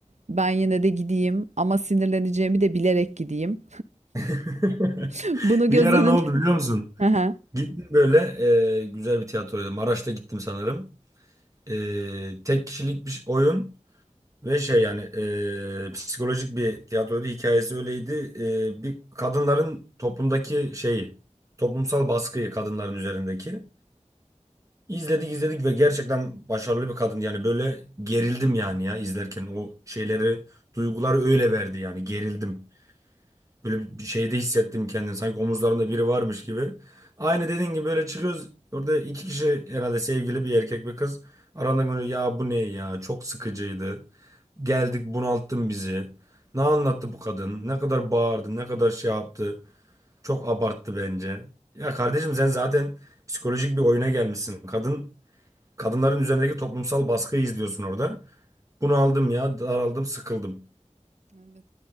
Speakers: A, on the right; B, on the right.
A: ben yine de gideyim ama sinirleneceğimi de bilerek gideyim
B: <laughs>
A: <laughs> bunu
B: Bir
A: göz
B: ara
A: önün-
B: ne oldu biliyor musun?
A: <laughs> Aha.
B: Gittim böyle e, güzel bir tiyatroydu. Maraş'ta gittim sanırım. E, tek kişilik bir ş- oyun. Ve şey yani e, psikolojik bir tiyatroydu. Hikayesi öyleydi. E, bir kadınların toplumdaki şeyi, toplumsal baskıyı kadınların üzerindeki. İzledik izledik ve gerçekten başarılı bir kadın. Yani böyle gerildim yani ya izlerken o şeyleri, duyguları öyle verdi yani gerildim. Böyle bir şeyde hissettim kendimi. Sanki omuzlarında biri varmış gibi. Aynı dediğin gibi böyle çıkıyoruz. Orada iki kişi herhalde sevgili bir erkek bir kız. Aralarında böyle, ya bu ne ya çok sıkıcıydı. Geldik bunalttın bizi. Ne anlattı bu kadın? Ne kadar bağırdı, ne kadar şey yaptı. Çok abarttı bence. Ya kardeşim sen zaten psikolojik bir oyuna gelmişsin. Kadın kadınların üzerindeki toplumsal baskıyı izliyorsun orada. Bunu aldım ya, daraldım, sıkıldım.
A: Evet.